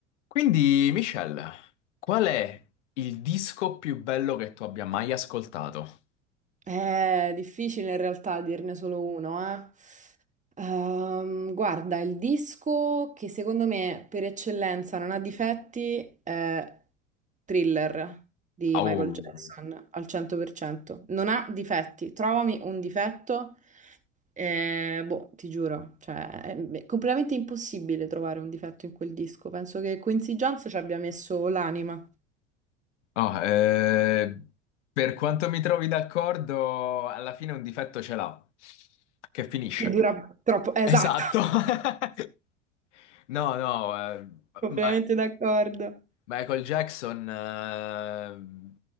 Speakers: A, on the left; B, on the right.
A: Quindi, Michelle, qual è il disco più bello che tu abbia mai ascoltato?
B: È difficile in realtà dirne solo uno, eh. Ehm, guarda, il disco che secondo me per eccellenza non ha difetti è Thriller di
A: Au.
B: Michael Jackson al 100%. Non ha difetti. Trovami un difetto, eh, boh, ti giuro, cioè, è completamente impossibile trovare un difetto in quel disco. Penso che Quincy Jones ci abbia messo l'anima.
A: Ah, eh, per quanto mi trovi d'accordo, alla fine un difetto ce l'ha, che finisce.
B: Che dura troppo. Esatto,
A: Esatto. <laughs> No, no, eh,
B: <laughs> completamente
A: ma
B: d'accordo.
A: Michael Jackson, eh,